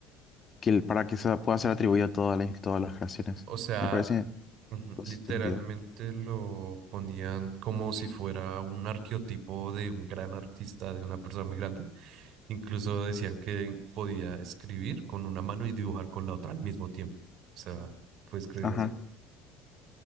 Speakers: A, on the left (about 30°); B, on the right (about 60°).
A: que el- para que se pueda ser atribuido a todas las, todas las creaciones.
B: O sea,
A: Me parece
B: ujú,
A: con
B: literalmente
A: sentido.
B: lo ponían como si fuera un arqueotipo de un gran artista, de una persona muy grande. Incluso decían que podía escribir con una mano y dibujar con la otra al mismo tiempo. O sea, ¿puedes creer
A: Ajá.
B: eso?